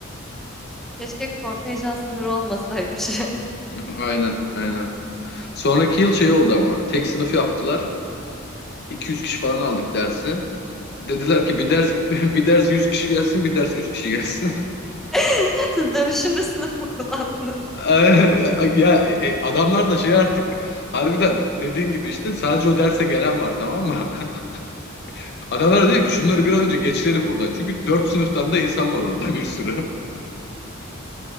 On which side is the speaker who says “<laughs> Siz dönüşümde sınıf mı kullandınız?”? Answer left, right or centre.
Centre